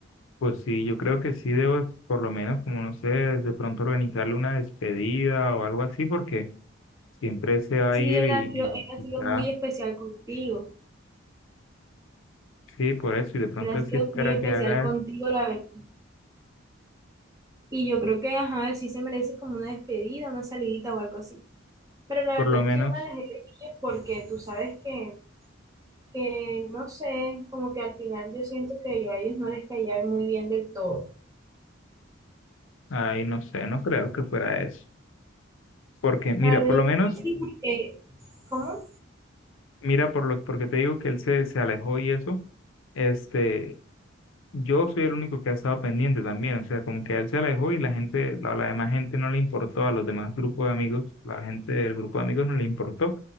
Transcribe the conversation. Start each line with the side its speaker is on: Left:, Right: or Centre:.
Left: Pues sí, yo creo que sí debo, por lo menos, como no sé, de pronto organizarle una despedida o algo así, porque siempre se va
Right: Sí,
Left: a ir
Right: él
Left: y,
Right: ha sido,
Left: y
Right: él ha
Left: quizá,
Right: sido muy especial contigo.
Left: sí, por eso, y de pronto
Right: Él ha
Left: él
Right: sido
Left: sí espera
Right: muy especial
Left: que haga,
Right: contigo, la verdad. Y yo creo que, ajá, él sí se merece como una despedida, una salidita o algo así. Pero la
Left: por
Right: verdad
Left: lo
Right: es
Left: menos,
Right: que yo me alejé de ellos porque tú sabes que que no sé, como que al final yo siento que yo a ellos no les caía muy bien del todo.
Left: ahí no sé, no creo que fuera eso. Porque, mira,
Right: La verdad,
Left: por lo
Right: yo
Left: menos,
Right: creo que sí, porque, ¿cómo?
Left: mira, por lo, porque te digo que él se, se alejó y eso, este, yo soy el único que ha estado pendiente también, o sea, como que él se alejó y la gente, la, la demás gente no le importó, a los demás grupos de amigos, la gente del grupo de amigos no le importó,